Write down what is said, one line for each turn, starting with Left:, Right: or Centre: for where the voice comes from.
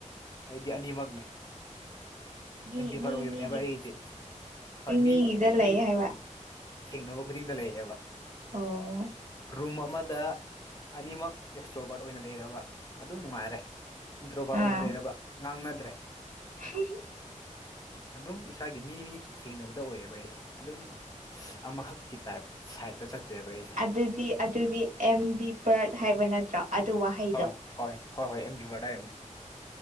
Left: ꯑꯩꯗꯤ ꯑꯅꯤꯃꯛꯅꯦ꯫
Right: ꯃꯤ
Left: ꯑꯦꯝ ꯕꯤꯚꯔ
Right: ꯃꯤ
Left: ꯑꯣꯏꯕꯅꯦꯕ
Right: ꯃꯤꯒꯤ
Left: ꯑꯩꯒꯤꯗꯤ ꯍꯣꯏ ꯃꯤ
Right: ꯃꯤꯒꯤꯗ ꯂꯩ
Left: ꯃꯤ
Right: ꯍꯥꯏꯕ
Left: ꯊꯦꯡꯅꯕ ꯈꯨꯗꯤꯡꯗ ꯂꯩꯌꯦꯕ꯫
Right: ꯑꯣ
Left: ꯔꯨꯝ ꯑꯃꯗ ꯑꯅꯤꯃꯛ ꯑꯦꯛꯁꯇ꯭ꯔꯣꯕꯥꯔꯠ ꯑꯣꯏꯅ ꯂꯩꯔꯕ ꯑꯗꯨꯝ ꯅꯨꯡꯉꯥꯏꯔꯦ꯫ ꯏꯟꯗ꯭ꯔꯣꯕꯥ
Right: ꯑꯥ
Left: ꯑꯣꯏꯅ ꯂꯩꯔꯕ ꯉꯥꯡꯅꯗ꯭ꯔꯦ꯫
Right: <unintelligible>
Left: ꯑꯗꯨꯝ ꯏꯁꯥꯒꯤ ꯃꯤ ꯃꯤ ꯊꯦꯡꯅꯕꯗ ꯑꯣꯏꯌꯦꯕ ꯑꯩꯁꯦ ꯑꯗꯨꯝ꯫ ꯑꯃꯈꯛꯀꯤ ꯇꯥꯏꯞ ꯁꯥꯏꯗꯇ ꯆꯠꯇꯦꯕ ꯑꯩꯁꯦ꯫
Right: ꯑꯗꯨꯗꯤ ꯑꯗꯨꯗꯤ ꯑꯦꯝ ꯕꯤ ꯄꯔꯠ ꯍꯥꯏꯕ ꯅꯠꯇ꯭ꯔꯣ꯫ ꯑꯗꯨ ꯋꯥꯍꯩ
Left: ꯍꯣꯏ ꯍꯣꯏ ꯍꯣ ꯍꯣꯏ ꯑꯦꯝ ꯕꯤꯚꯔꯗꯥꯝꯕꯅꯤ꯫